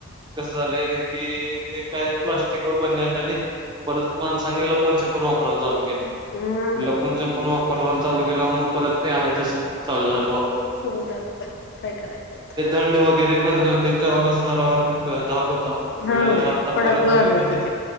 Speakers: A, on the right; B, on the left.
A: कस झाले की ते काय प्लास्टिक वर बंदी आणलेली परत माणसांनी लपवून छपून वापरावला चालू
B: हम्म
A: लपून छपून वापरायला चालू केला मग परत ते आहे तस चालू झाल वाप
B: सुरू झालं परत काय करायचं आता
A: थंड वगैरे करत होतेत तेव्हा कस जरा धाक होता
B: हा
A: आता
B: कडक
A: परत
B: झालं
A: आणि
B: होतं
A: मध्ये
B: ते